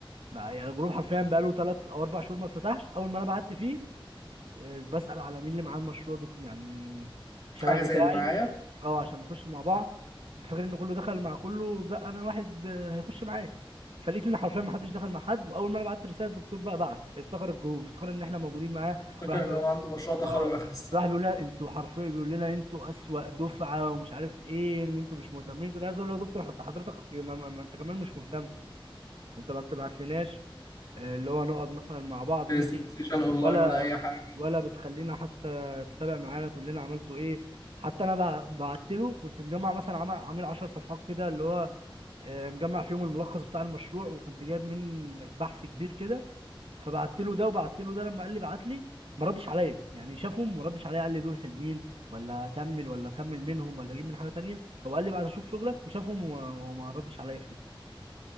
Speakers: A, on the right (about 80°); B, on the left (about 45°).
A: بقى- يعني الجروب حرفيا بقاله ثلاث او اربع شهور ما اتفتحش اول ما انا بعت فيه آه، بسال على مين اللي معاه المشروع بت... يعني شبه
B: حاجه زي
A: بتاعي
B: اللي معايا
A: اه عشان نخش مع بعض كنت فاكر ان كله دخل مع كله بقى انا واحد آه، هيخش معايا فلقيت ان حرفيا ما حدش دخل مع حد واول ما انا بعت رساله الدكتور بقى بعت افتكر الجروب افتكر ان احنا موجودين معاه
B: افتكر
A: وراح بيقول
B: ان هو عنده مشروع تخرج
A: اه
B: اخر السنه
A: راح بيقول لنا انتوا حرفيا بيقول لنا انتوا اسوأ دفعه ومش عارف ايه ان انتوا مش مهتمين كنت عايز اقول له يا دكتور حضرتك ما, ما ما انت كمان مش مهتم انت ما بتبعتلناش آه، اللي هو نقعد مثلا مع بعض
B: برزنتيشن
A: ميتنج
B: اونلاين
A: ولا
B: ولا اي حاجه
A: ولا بتخلينا حتى تتابع معانا تقول لنا عملتوا ايه حتى انا بعت له كنت مجمع مثلا عامل عامل 10 صفحات كده اللي هو آه، مجمع فيهم الملخص بتاع المشروع وكنت جايب من بحث كبير كده فبعت له ده وبعت له ده لما قال لي بعت لي ما ردش عليا يعني شافهم ما ردش عليا قال لي دول حلوين ولا اكمل ولا اكمل منهم ولا اجيب من حاجه تانية هو قال لي بعد اشوف شغلك وشافهم وما وما ردش عليا فيه